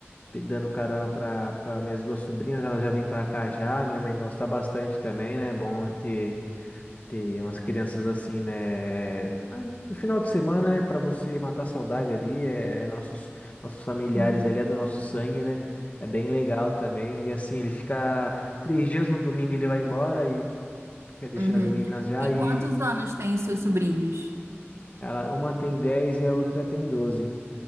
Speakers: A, on the left; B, on the right.
A: pe- dando carona para minhas duas sobrinhas, elas já vêm para cá já, minha mãe gosta bastante também, né, é bom ter tem umas crianças assim, né? mas No final de semana, né? Pra você matar a saudade ali, é, é nossos, nossos familiares
B: Uhum.
A: ali, é do nosso sangue, né? É bem legal também. E assim, ele fica três dias no domingo, ele vai embora e quer deixar
B: Uhum.
A: as meninas já.
B: E
A: E
B: quantos anos têm os seus sobrinhos?
A: ela, uma tem 10 e a outra tem doze